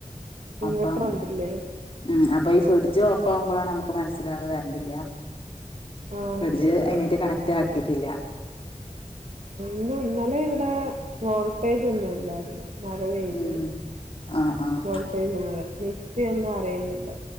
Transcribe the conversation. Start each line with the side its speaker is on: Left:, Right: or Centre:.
Right: ഇൻവെർട്ടർ
Left: അപ്പം
Right: ഉണ്ടല്ലേ
Left: ഉം അപ്പൊ ഫ്രിഡ്ജ് ഓഫ് ആകുമ്പോഴാണ് നമുക്ക് മനസ്സിലാകാ കരണ്ടില്ല
Right: ആഹ്
Left: ഫ്രിഡ്ജ് അതിനേട്ട് കണക്ട് ആക്കിട്ടില്ല.
Right: ഇന്ന് ഇന്നലെ ഇവിടെ വോൾട്ടേജ് ഒന്നും ഇല്ലായിരുന്നു. മരം വീണിട്ടു
Left: ഉം ആഹ് ആഹ്
Right: വോൾട്ടേജ് മിക്‌സിയൊന്നും അരയുന്നില്ല.